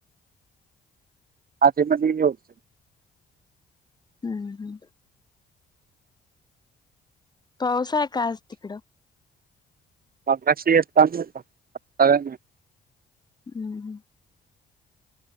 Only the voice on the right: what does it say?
आधी-मधी हे होते.
मगाशी येत होता आता काय नाही.